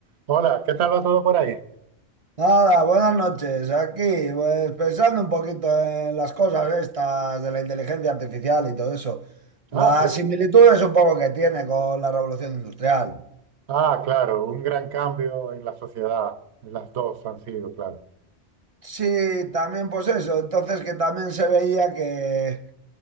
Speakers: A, on the right; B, on the right.
A: Hola, ¿qué tal va todo por ahí?
B: Nada, buenas noches. Aquí, pues pensando un poquito en las cosas estas de la inteligencia artificial y todo eso.
A: Ah,
B: Las
A: sí.
B: similitudes un poco que tiene con la revolución industrial.
A: Ah, claro, un gran cambio en la sociedad. Las dos han sido, claro.
B: Sí, también pues eso. Entonces que también se veía que,